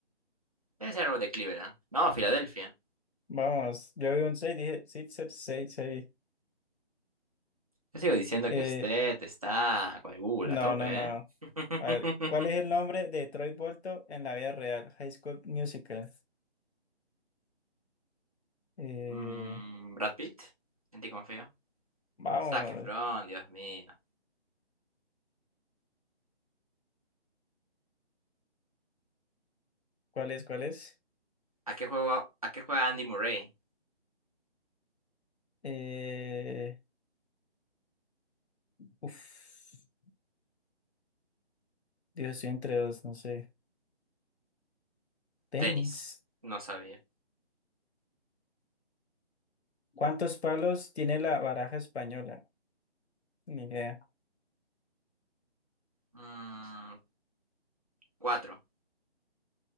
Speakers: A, on the right; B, on the left.
A: Debe ser algo de Cleveland. No, Filadelfia.
B: Vamos, yo vi un 6, dije 6, 6, 6.
A: Yo sigo diciendo
B: 6.
A: que usted está con el Google
B: No,
A: a tope,
B: no, no.
A: ¿eh? <laughs>
B: A ver, ¿cuál es el nombre de Troy Bolton en la vida real? High School Musical. Eh,
A: Mm, Brad Pitt. En ti confío.
B: vamos,
A: Zac Efron, Dios mío.
B: ¿cuál es? ¿Cuál es?
A: ¿A qué juega, a qué juega Andy Murray?
B: Eh, uf, Dios, estoy entre dos, no sé. Tenis.
A: Tenis. No sabía.
B: ¿Cuántos palos tiene la baraja española? Ni idea.
A: Mm, cuatro.